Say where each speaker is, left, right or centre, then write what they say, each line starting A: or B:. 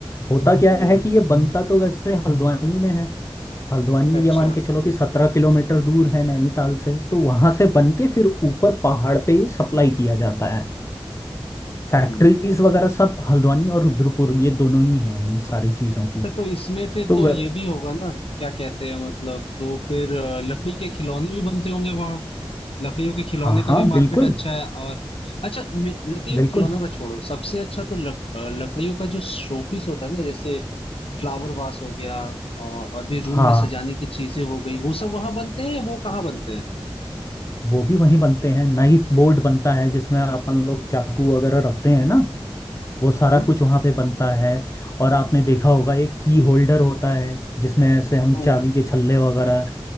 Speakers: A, on the left; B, on the left.
A: होता क्या
B: हम्म
A: है कि ये बनता तो वैसे हल्द्वानी में है हल्द्वानी
B: अच्छा
A: ये मान के चलो कि सत्रह किलोमीटर दूर है नैनीताल से तो वहां से बन के फिर ऊपर पहाड़ पे ये सप्लाई किया जाता है
B: हम्म
A: फैक्ट्रीज वगैरह सब हल्द्वानी और रुद्रपुर ये दोनों ही हैं इन सारी चीजों
B: अच्छा
A: की
B: तो इसमें फिर
A: तो
B: तो
A: व...
B: ये भी होगा ना क्या कहते हैं मतलब तो फिर अ, लकड़ी के खिलौने भी बनते होंगे लकड़ियों के खिलौने
A: हाँ
B: का
A: हाँ
B: भी मार्केट
A: बिल्कुल
B: अच्छा है और अच्छा मे- लकड़ियों
A: बिल्कुल
B: के खिलौनों का छोड़ो सबसे अच्छा तो लक, अ, लकड़ियों का जो शोपीस होता है ना जैसे फ्लावर वास हो गया अ, और भी रूम
A: हाँ
B: में सजाने की चीजें हो गई वो सब वहां बनते हैं या वो कहाँ बनते हैं
A: वो भी वहीं बनते हैं नाइफ बोर्ड बनता है जिसमें अपन लोग चाकू वगैरह रखते हैं ना वो
B: हम्म
A: सारा कुछ वहां पे बनता है और आपने देखा होगा एक की होल्डर होता है जिसमें ऐसे हम
B: हम्म
A: चाबी के छल्ले वगैरह